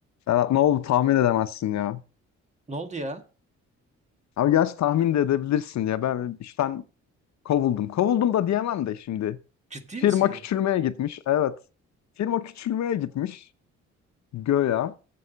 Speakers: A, on the left; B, on the right.
A: Serhat ne oldu tahmin edemezsin ya.
B: Ne oldu ya?
A: Abi gerçi tahmin de edebilirsin ya. Ben işten kovuldum. Kovuldum da diyemem de şimdi.
B: Ciddi
A: Firma
B: misin?
A: küçülmeye gitmiş. Evet. Firma küçülmeye gitmiş. Göya.